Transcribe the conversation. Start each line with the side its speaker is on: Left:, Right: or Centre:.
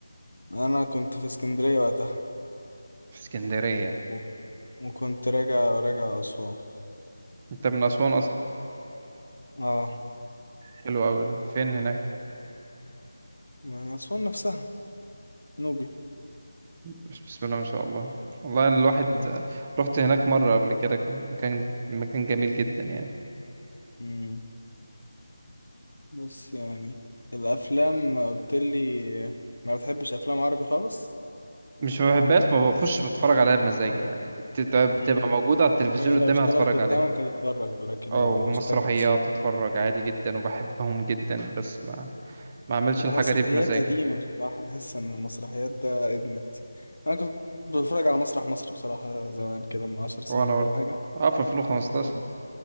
Left: انا كنت في اسكندريه وقتها
Right: في اسكندريه
Left: أوف. وكنت راجع راجع اسوان
Right: انت من اسوان اصلا
Left: اه
Right: حلو قوي ده فين هناك
Left: من اسوان نفسها نوبي
Right: بس- بسم الله ما شاء الله والله انا الواحد
Left: أوه.
Right: رحت هناك مره قبل كده كان مكان مكان جميل جدا يعني
Left: مم. بس يعني الافلام قلت لي ما بتحبش افلام عربي خالص
Right: مش ما بحبهاش ما بخش بتفرج عليها بمزاجي يعني بتبقى بتبقى
Left: امم
Right: موجوده على التلفزيون
Left: وهي لو
Right: قدامي
Left: اشتغلت
Right: هتفرج
Left: قدامك
Right: عليها
Left: هتتفرج لكن
Right: اه
Left: لو
Right: ومسرحيات
Left: ما اشتغلتش
Right: اتفرج عادي جدا وبحبهم جدا بس ما ما اعملش
Left: لا
Right: الحاجه
Left: مسرحيات
Right: دي بمزاجي
Left: قديمة بصراحة بحس ان المسرحيات ده ادمت انا كنت بتفرج على مسرح مصر بصراحة زمان كده من عشر سنين
Right: وانا
Left: ولا
Right: برضه
Left: حاجة
Right: اه في 2015
Left: مم.